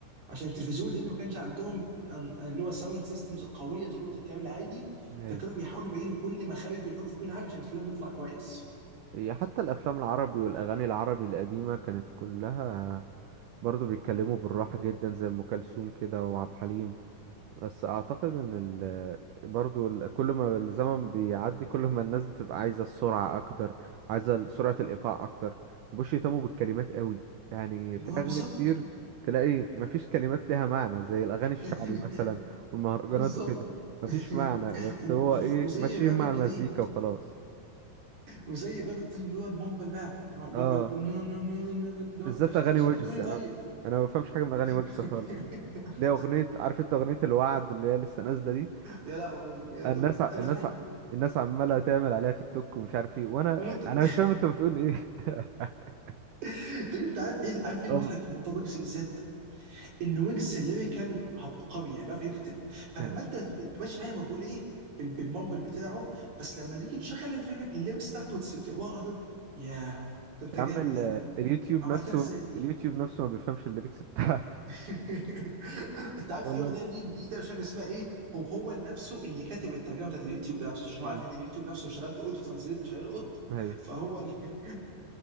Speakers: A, on the right; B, on the right.
A: عشان التلفزيون لان ما كانش عندهم أن- اللي هو ساوند سيستمز قويه تلقط الكلام العادي
B: أيوه
A: فكانوا بيحاولوا يبينوا كل مخارج الحروف وكل حاجه عشان الكلام يطلع كويس
B: هي حتى الأفلام العربي والأغاني العربي القديمة كانت كلها برضه بيتكلموا بالراحة جدا زي أم كلثوم كده وعبد الحليم بس اعتقد ان ال... برضو ال... كل ما الزمن بيعدي كل ما الناس بتبقى عايزه السرعه اكتر عايزه ال- سرعه الايقاع اكتر مبقوش يهتموا بالكلمات قوي يعني
A: ما
B: في
A: هو
B: اغاني
A: بالظبط
B: كتير تلاقي مفيش كلمات ليها معنى زي الاغاني الشعبي
A: <laughs>
B: مثلا والمهرجانات
A: بالظبط
B: وكده مفيش
A: <laughs>
B: معنى بس
A: و-
B: هو ايه
A: وزي
B: ماشيين
A: الراب
B: مع
A: الجديد
B: المزيكا وخلاص
A: وزي الراب الجديد اللي هو المامبل راب اللي هو اللي
B: اه
A: هو بيقول- نو- نو- نو- نو- نو- اللي
B: بالذات
A: هو انت إنت-
B: اغاني ويجز
A: إنت بتقول لي
B: انا
A: طيب
B: انا ما بفهمش حاجه من اغاني ويجز
A: <laughs>
B: خالص ليه اغنيه عارف انت اغنيه الوعد اللي هي لسه نازله دي
A: يا لهوي يا-
B: الناس
A: طب
B: ع-
A: انا
B: الناس
A: فاهمك
B: ع- الناس عماله تعمل عليها تيك توك ومش عارف ايه وانا
A: وانت
B: انا مش فاهم انت بتقول ايه <laughs>
A: <laughs> طب انت عارف ايه عارف ايه
B: اه
A: المضحك في موضوع ويجز بالذات؟ ان ويجز ليريكال عبقري يعني بيعرف يكتب فلما
B: يعني
A: انت تبقاش فاهم هو بيقول ايه بال- بالمامبل بتاعه بس لما تيجي تشغل الفيف- الليركس بتاعته وتس- وتقراها تقول ياه ده انت
B: يا
A: جامد
B: عم ال-
A: يلا
B: اليوتيوب
A: عملتها
B: نفسه
A: ازاي دي؟
B: اليوتيوب نفسه ما بيفهمش الليركس بتاعته
A: <laughs> انت عارف
B: والله
A: في اغنيه ليه جديده مش فاكر اسمها ايه هو هو نفسه اللي كاتب الترجمه بتاعت اليوتيوب بنفسه عشان
B: امم
A: هو عارف ان اليوتيوب نفسه لو شغلت اوتو ترانزليت مش هيلقط
B: ايوه
A: فهو اللي <laughs>